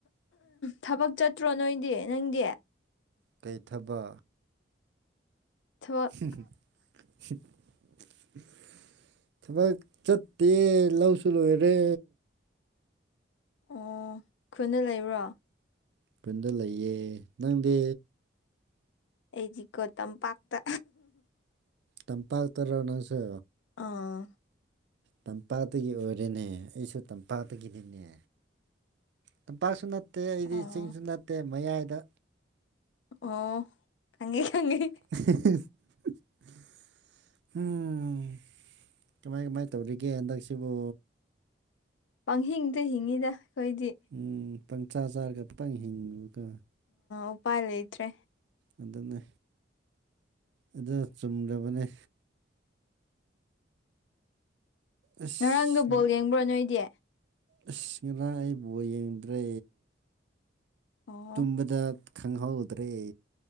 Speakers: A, on the left; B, on the right.
A: ꯊꯕꯛ ꯆꯠꯇ꯭ꯔꯣ ꯅꯣꯏꯗꯤ ꯅꯪꯗꯤ
B: ꯀꯩꯊꯕ
A: ꯊꯕꯛ
B: <unintelligible> ꯊꯕꯛ ꯆꯠꯇꯦ ꯂꯧꯁꯨ ꯂꯣꯏꯔꯦ
A: ꯑꯣ ꯈꯨꯅ ꯂꯩꯕ꯭ꯔꯣ
B: ꯐꯟꯗ ꯂꯩꯌꯦ ꯅꯪꯗꯤ
A: ꯑꯩꯗꯤꯀꯣ ꯇꯝꯄꯥꯛꯇ
B: ꯇꯝꯄꯥꯛ ꯇꯔꯣ ꯅꯪꯁꯨ
A: ꯑꯥ
B: ꯇꯝꯄꯥꯛꯗꯒꯤ ꯑꯣꯏꯔꯦꯅꯦ ꯑꯩꯁꯨ ꯇꯝꯄꯥꯛꯗꯒꯤꯅꯤꯅꯦ ꯇꯝꯄꯥꯛꯁꯨ ꯅꯠꯇꯦ ꯑꯩꯗꯤ
A: ꯑꯣ
B: ꯆꯤꯡꯁꯨ ꯅꯠꯇꯦ ꯃꯌꯥꯏꯗ
A: ꯑꯣ ꯈꯪꯉꯩ ꯈꯪꯉꯩ
B: <unintelligible> ꯎꯝ ꯀꯃꯥꯏ ꯀꯃꯥꯏ ꯇꯧꯔꯤꯒꯦ ꯍꯟꯗꯛꯁꯤꯕꯨ
A: ꯄꯪꯍꯤꯡꯗ ꯍꯤꯡꯉꯤꯗ ꯑꯩꯈꯣꯏꯗꯤ
B: ꯎꯝ ꯄꯪꯆꯥꯥ ꯆꯥꯔꯒ ꯇꯪ ꯍꯤꯡꯕꯀꯣ
A: ꯎꯄꯥꯏ ꯂꯩꯇ꯭ꯔꯦ
B: ꯑꯗꯨꯅꯦ ꯑꯗꯨ ꯆꯨꯝꯗꯕꯅꯦ ꯑꯁ
A: ꯉꯔꯥꯡꯗꯣ ꯕꯣꯜ ꯌꯦꯡꯕ꯭ꯔꯣ ꯅꯣꯏꯗꯤ
B: ꯑꯁ ꯉꯔꯥꯡ ꯑꯩ ꯕꯣꯜ ꯌꯦꯡꯗ꯭ꯔꯦ
A: ꯑꯣ
B: ꯇꯨꯝꯕꯗ ꯈꯪꯍꯧꯗ꯭ꯔꯦ